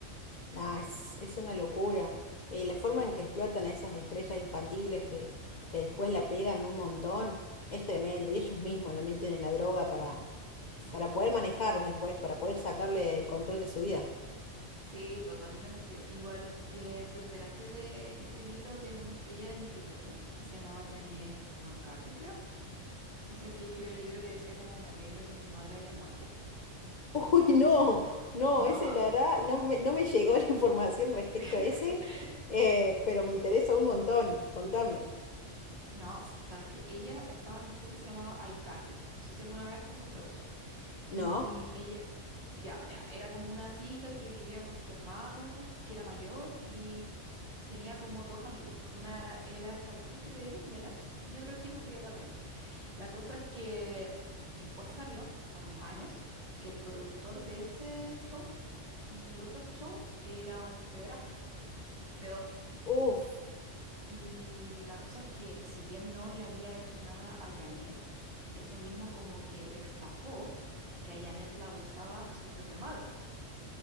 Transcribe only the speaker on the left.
Nada, es, es una locura. Eh, la forma en que explotan a esas estrellas infantiles que, que después la pegan un montón es tremendo y ellos mismos la meten en la droga para,
para poder manejarlas después, para poder sacarle el control de su vida.
Uy, no, no,
ese la verdad no me, no me llegó <laughs> la información respecto
a ese, eh, pero me interesa un montón, contame.
¿No?
Uf,